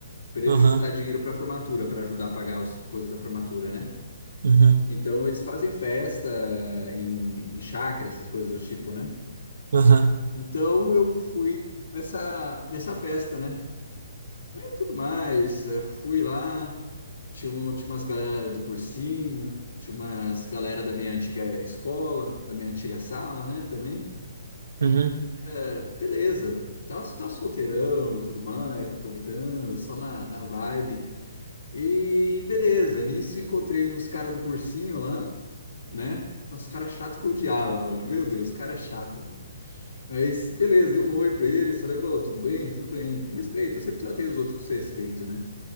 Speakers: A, on the left; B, on the right.
A: Pra ele
B: Aham,
A: juntar dinheiro pra formatura, pra ajudar a pagar as coisas da formatura, né?
B: uhum,
A: Então eles fazem festa em, em chácara, essas coisas do tipo, né?
B: aham,
A: Então eu fui nessa, nessa festa, né? Aí tudo mais, eh, fui lá, tinha, um- tinha umas galera do cursinho, tinha umas galera da minha antiga escola, da minha antiga sala, né, também.
B: uhum.
A: Eh, beleza, tava, tava solteirão e tudo mais, aproveitando, só na, na vibe. E beleza, nisso encontrei uns caras do cursinho lá. né? Então, os caras chatos que eu odiava, mano. Meu Deus, cara chato, mano. Mas, beleza, dei um oi pra ele, falei, "Ô, tudo bem, tudo bem, com respeito. Eu sempre tratei os outros com respeito, né?